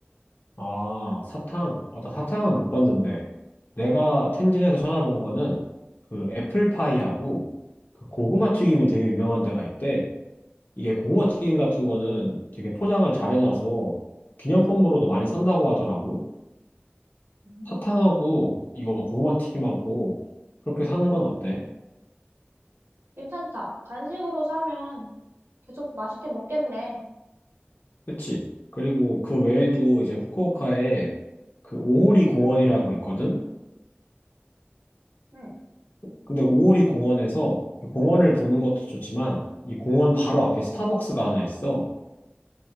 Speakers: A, on the left; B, on the right.
A: 아, 사탕. 어, 나 사탕은 못 봤는데. 내가 텐진에서 찾아본 거는 그 애플파이하고 그 고구마 튀김이 되게 유명한 데가 있대. 이게 고구마 튀김 같은 거는 되게 포장을 잘 해놔서 기념품으로도 많이 산다고 하더라고.
B: 음.
A: 사탕하고 이거 고구마 튀김하고 그렇게 사는 건 어때?
B: 괜찮다. 간식으로 사면 계속 맛있게 먹겠네.
A: 그치? 그리고 그 외에도 이제 후쿠오카에 그 오호리 공원이라고 있거든?
B: 응,
A: 근데 오오리 공원에서 이 공원을 보는 것도 좋지만 이 공원 바로 앞에 스타벅스가 하나 있어.